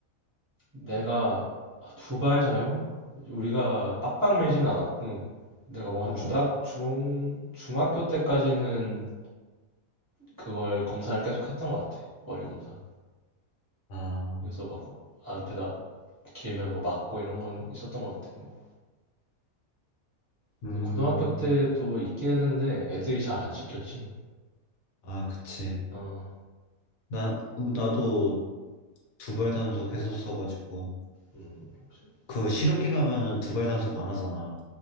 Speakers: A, on the right; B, on the left.
A: 내가 아, 두발 자유 우리가 빡빡 밀진 않았고 내가 뭐 한
B: 어,
A: 주당 중 중학교 때까지는 그걸 검사를 계속 했던 것 같아. 머리 검사.
B: 아,
A: 그래서 막 거- 앞에다 길면 뭐 맞고 이런 건 있었던 것 같아. 뭐
B: 음,
A: 근데 고등학교 때도 있긴 했는데 애들이 잘 안 지켰지.
B: 아, 그치.
A: 어.
B: 나, 으, 나도 두발 단속 했었어가지고.
A: 음, 혹시?
B: 그
A: 어,
B: 실업계 가면은 두발 단속 안 하잖아.